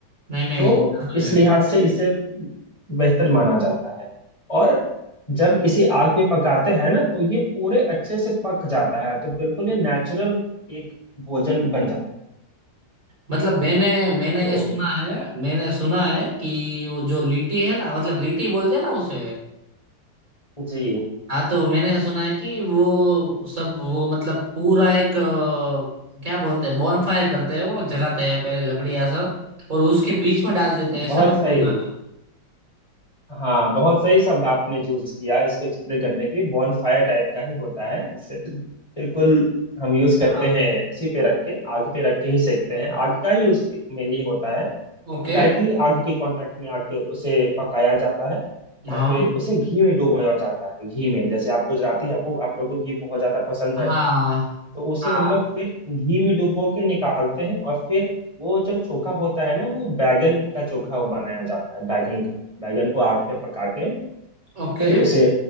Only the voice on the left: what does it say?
तो
इस
लिहाज से इसे बेहतर माना जाता है और जब इसे आग में पकाते हैं ना तो ये पूरे अच्छे से पक जाता है तो बिल्कुल ये नेचुरल एक भोजन बन जाता है।
तो
जी
बहुत
सही
हाँ बहुत सही शब्द आपने चूज किया इसको एक्सप्लेन करने के लिए बॉन फायर टाइप का ही होता है इसे बिल्कुल हम यूज करते
हैं उसी पे रख के आग पे रख के ही सेकते हैं आग का ही यूज मेनली होता है तो
डायरेक्टली आग के कांटेक्ट में आके उसे पकाया जाता है
और फिर उसे घी में डुबोया जाता है घी में जैसे आप गुजराती हैं, आपको आप लोग को घी बहुत ज्यादा पसंद
है तो उसे
हम लोग फिर घी में डुबो के निकालते हैं और फिर वो जो चोखा होता है ना वो बैगन का चोखा बनाया जाता है बैगन का बैगन को आग पे पका के
फिर उसे